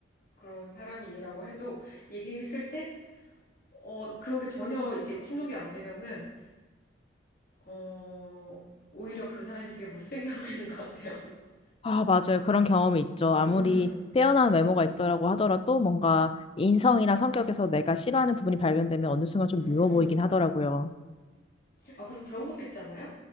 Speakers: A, on the left; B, on the left.
A: 그런 사람이라고 해도 얘기했을 때 어 그런 게 전혀 이게 충족이 안 되면은 어, 오히려 그 사람이 되게 못생겨 보이는 것 같아요. <laughs>
B: 아, 맞아요. 그런 경험이 있죠. 아무리
A: 음,
B: 빼어난 외모가 있더라고 하더라도 뭔가 인성이나 성격에서 내가 싫어하는 부분이 발견되면 어느 순간 좀
A: 음.
B: 미워 보이긴 하더라고요.
A: 아, 그리고 그런 것도 있잖아요.